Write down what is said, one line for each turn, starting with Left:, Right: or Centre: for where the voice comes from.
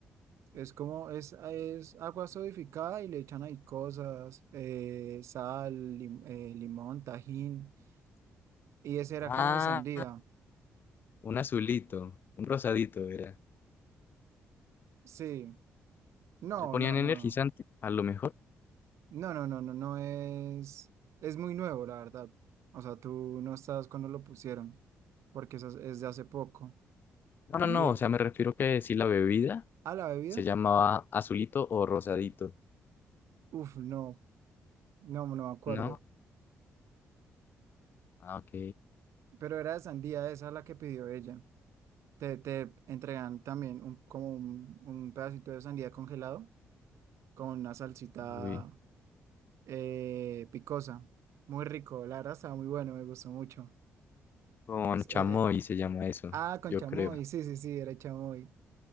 Right: Es como, es, es agua sodificada y le echan ahí cosas, eh, sal, lim- eh, limón, tajín. Y ese era
Left: Ah,
Right: como de sandía.
Left: un azulito, un rosadito era
Right: Sí. No,
Left: Le ponían
Right: no,
Left: energizante,
Right: no, no.
Left: a lo mejor.
Right: No, no, no, no, no es, es muy nuevo, la verdad. O sea, tú no estás cuando lo pusieron, porque eso es es de hace poco.
Left: No, no,
Right: Y
Left: no,
Right: eh,
Left: o sea, me refiero que si la bebida
Right: a la bebida,
Left: se llamaba azulito o rosadito,
Right: uf, no, no, no me acuerdo.
Left: ¿no? Ah, ok.
Right: Pero era de sandía, esa la que pidió ella. Te, te entregan también un, como un, un pedacito de sandía congelado con una salsita
Left: Uy,
Right: eh, picosa. Muy rico, la verdad estaba muy bueno, me gustó mucho.
Left: con
Right: S-
Left: chamoy
Right: eh, eh,
Left: se llama eso,
Right: ah, con
Left: yo
Right: chamoy,
Left: creo.
Right: sí, sí, sí, era chamoy.